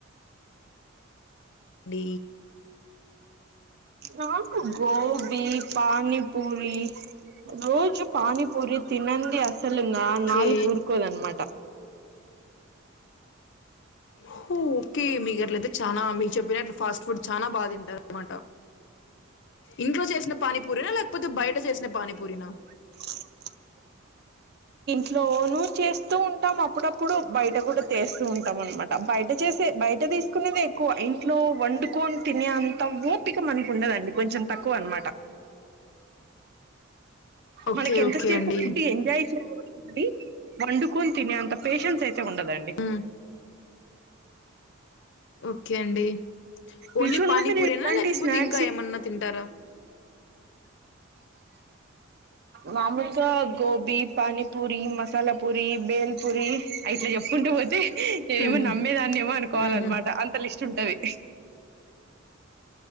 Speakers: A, on the left; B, on the right.
A: డి
B: నాకు గోబి, పానీపూరి రోజు పానీపూరి తినంది అసలు ఇంగ
A: ఓకే
B: నాలుకా ఊరుకోదన్నమాట
A: హు ఓకే మీకు అట్లయితే చానా మీకు చెప్పినట్లు ఫాస్ట్ ఫుడ్ చానా బాగా తింటారు ఆనమాట ఇంట్లో చేసిన పానీపూరీ ఆ లేకపోతే బయట చేసిన పానీపూరినా
B: <inaudible> ఇంట్లోనూ చేస్తూ ఉంటాం అప్పుడప్పుడు బయట కూడా తేస్తూ ఉంటాం అనమాట బయట చేసే బయట తీసుకునేది ఎక్కువ ఇంట్లో వండుకొని తినేంత ఓ పిక మనకు ఉండదండి కొంచెం తక్కువ అనమాట
A: ఓకే
B: మనకి ఎంతసేపు
A: ఓకే అండి
B: ఫుడ్ ఎంజాయ్ చేయాలండి వండుకొని తిని అంత పేషన్స్ అయి ఉండదండి
A: మ్మ్ ఓకే అండి ఓన్లీ
B: యూజువల్
A: పానీపూరేనా
B: గా మీరు ఇలాంటి
A: లేకపోతే
B: స్నాక్స్
A: ఇంకా ఏమన్నా తింటారా
B: మాములుగా గోబీ, పానీ పూరి, మసాలా పూరి బేల్ పూరి ఇట్లా చెప్పుకుంటూ పోతే నేనేమో
A: మ్మ్
B: ఆమ్మేదాన్ని ఏమో అనుకోవాలన్నమాట
A: మ్మ్
B: అ ఒక లిస్ట్ ఉంటది